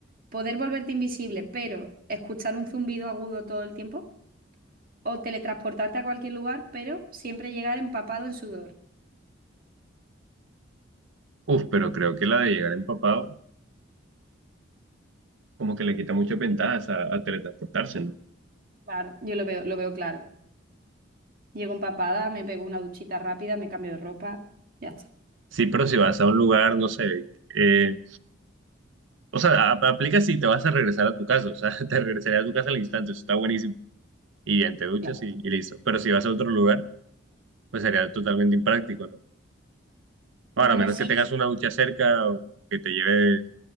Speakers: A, on the right; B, on the right.
A: ¿Poder volverte invisible, pero escuchar un zumbido agudo todo el tiempo? ¿O teletransportarte a cualquier lugar, pero siempre llegar empapado en sudor?
B: Uf, pero creo que la de llegar empapado como que le quita muchas ventajas a, a teletransportarse, ¿no?
A: Claro, yo lo veo, lo veo claro. Llego empapada, me pego una duchita rápida, me cambio de ropa, ya está.
B: Sí, pero si vas a un lugar, no sé, eh, o sea, a- aplica si te vas a regresar a tu casa, o sea, <laughs> te regresaría a tu casa al instante, eso está buenísimo. Y ya te duchas
A: Claro.
B: y, y listo. Pero si vas a otro lugar... pues sería totalmente impráctico, ¿no? Ahora,
A: Bueno,
B: a menos
A: sí,
B: que tengas una ducha cerca o que te lleves,